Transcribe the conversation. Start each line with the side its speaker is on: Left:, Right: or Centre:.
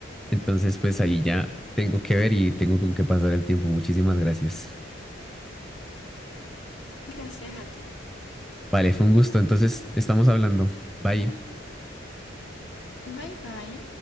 Centre: Entonces pues ahí ya tengo que ver y tengo con qué pasar el tiempo. Muchísimas gracias.
Left: Gracias a ti.
Centre: Vale, fue un gusto. Entonces estamos hablando. Bye.
Left: Bye bye.